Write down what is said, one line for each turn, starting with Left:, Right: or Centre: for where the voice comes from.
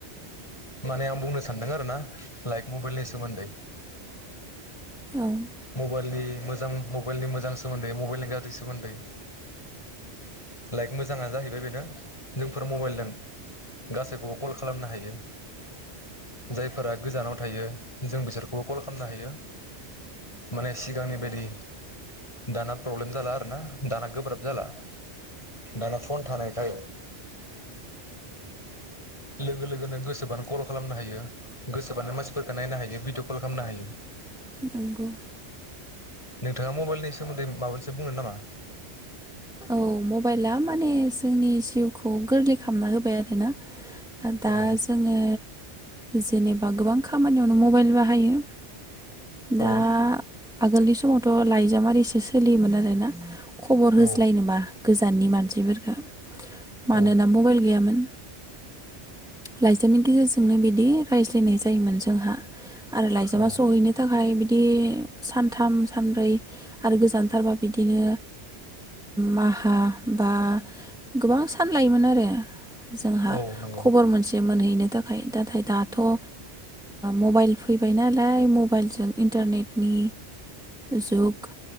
Left: माने आं बुंनो सानदों आरो ना लाइक मबाइलनि सोमोन्दै
Centre: औ
Left: मबेलनि मोजां मबाइलनि मोजां सोमोन्दै मबाइलनि गाज्रि सोमोन्दै लाइक मोजाङा जाहैबाय बेनो जोंफोर मबाइलजों गासैखौबो कल खालामनो हायो जायफोरा गोजानाव थायो जों बिसोरखौ कल खालामनो हायो माने सिगांनि बायदि दाना प्रब्लेम जाला आरोना दाना गोब्राब जाला दाना फन थानायखाय लोगो लोगोनो गोसोबानो कल खालामनो हायो गोसो बानो मानसिफोरखौ नायनो हायो भिदिअ कल खामनो हायो
Centre: नोंगौ
Left: नोंथाङा मबाइलनि सोमोन्दै माबा मोनसे बुंगोन नामा
Centre: औ मबाइला माने जोंनि जिउखौ गोरलै खालामना होबाय आरोना दा
Left: औ
Centre: जोङो जेनेबा गोबां खामानियावनो मबाइल बाहायो दा
Left: औ
Centre: आगोलनि समावथ' लाइजामारिसो सोलियोमोन आरोना खबर हो
Left: औ
Centre: गोजाननि मानसिफोरखौ मानोना
Left: औ
Centre: मबाइल गैयामोन। लाइजामनि गेजेरजोंनो बिदि रायज्लायनाय जायोमोन जोंहा। आरो लाइजामा
Left: औ
Centre: सहैनो थाखाय बिदि सानथाम सानब्रै आरो गोजानथारबा बिदिनो माहा बा गोबां सान लायोमोन आरो। जोंहा
Left: औ नंगौ
Centre: खबर मोनसे मोनहैनो थाखाय नाथाय दाथ' ओ मबाइल फैबाय नालाय मबाइलजों इन्टारनेट नि जुग